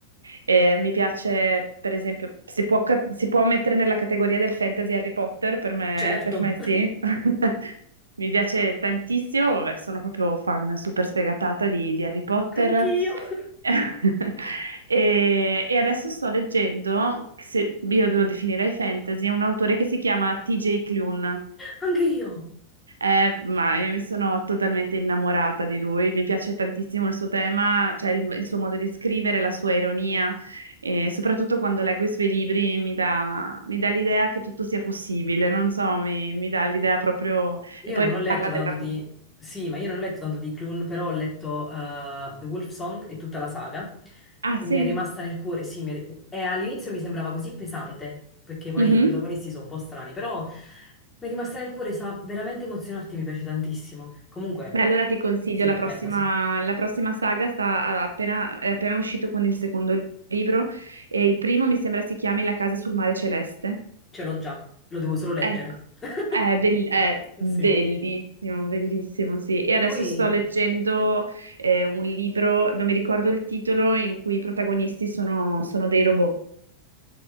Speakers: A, on the right (about 75°); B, on the left (about 15°).
A: Eh, mi piace, per esempio, si può, ca- si può mettere nella categoria del fantasy Harry Potter, per me,
B: Certo,
A: per me
B: <laughs>
A: sì. <laughs> Mi piace tantissimo, vabbè, sono proprio fan super sfegatata di, di Harry Potter.
B: anch'io, <laughs>
A: <laughs> E, e adesso sto leggendo, se io lo definirei fantasy, un autore che si chiama T.J. Clune.
B: anche io.
A: Eh, ma io mi sono totalmente innamorata di lui, mi piace tantissimo il suo tema, cioè il, il suo modo di scrivere, la sua ironia e soprattutto quando leggo i suoi libri mi dà, mi dà l'idea che tutto sia possibile, non so, mi, mi dà l'idea proprio...
B: Io
A: E poi
B: non ho letto
A: parla
B: tanto
A: dell'amore.
B: di... Sì, ma io non ho letto tanto di Clun, però ho letto eh, The Wolf Song e tutta la saga
A: Ah
B: e
A: sì?
B: mi è rimasta nel cuore. Sì, mi è- ri- e all'inizio mi sembrava così pesante, perché poi
A: Mhm.
B: i protagonisti sono un po' strani, però mi è rimasta nel cuore, sa veramente emozionarti, mi piace tantissimo. Comunque,
A: Beh, allora ti consiglio
B: sì,
A: la
B: è
A: prossima,
B: fantasy,
A: la prossima saga, sta a- appena, è appena uscito con il secondo libro e il primo mi sembra si chiami La casa sul mare celeste.
B: ce l'ho già, lo devo solo leggere.
A: Ecco,
B: <laughs>
A: è, bell- è bellissimo,
B: Sì.
A: bellissimo, sì. E adesso
B: Lui...
A: sto leggendo eh, un libro, non mi ricordo il titolo, in cui i protagonisti sono sono dei robot